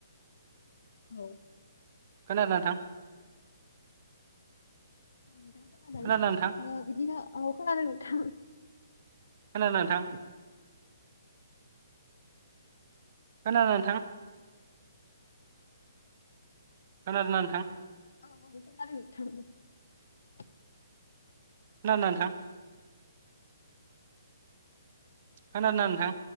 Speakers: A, on the left; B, on the right.
A: औ।
B: खोनादों ना नोंथां।
A: औ नोंथां खोनादों
B: खोनादोंना नोंथां
A: ओ बिदिनो औ खोनादों नोंथां।
B: खोनादों नोंथां खोनादों नोंथां। खोनादों ना नोंथां।
A: औ औ खोनादों नोंथां।
B: खोनादों ना नोंथां। खोनादों ना नोंथां।